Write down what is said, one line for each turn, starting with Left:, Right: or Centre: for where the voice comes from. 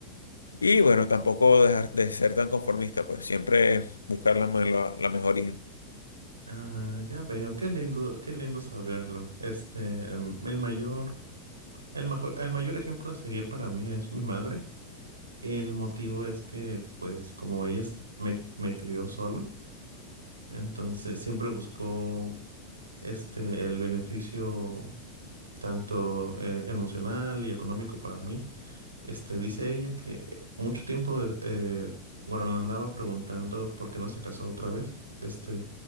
Left: Y bueno, tampoco dejar de ser tan conformista, pues siempre buscar la, me- la, la mejoría.
Right: Ah, ya veo, qué lindo, qué lindo saberlo. Este, em, el mayor, el majo- el mayor ejemplo a seguir para mí es mi madre. El motivo es que, pues, como ella es- me, me crió solo, entonces siempre buscó este el beneficio tanto eh, emocional y económico para mí. Este, dice ella que eh, mucho tiempo de- eh, bueno, le andaba preguntando por qué no se casó otra vez. Este,